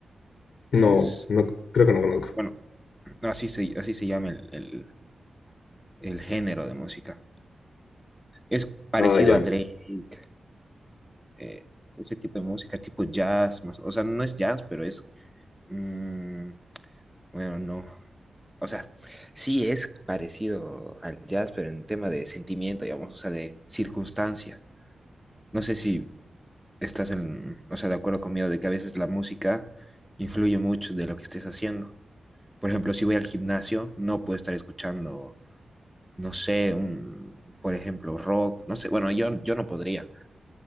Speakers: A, on the left; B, in the centre.
A: No,
B: que es,
A: no, creo que
B: no,
A: no conozco.
B: bueno, así se, así se llama el, el, el género de música. Es parecido
A: Ah, ya.
B: a Drake, eh, ese tipo de música, tipo jazz, más, o sea, no es jazz, pero es, mm, bueno, no, o sea, sí es parecido al jazz, pero en tema de sentimiento, digamos, o sea, de circunstancia. No sé si estás en, o sea, de acuerdo conmigo de que a veces la música influye mucho de lo que estés haciendo. Por ejemplo, si voy al gimnasio, no puedo estar escuchando, no sé, un, por ejemplo, rock, no sé, bueno, yo, yo no podría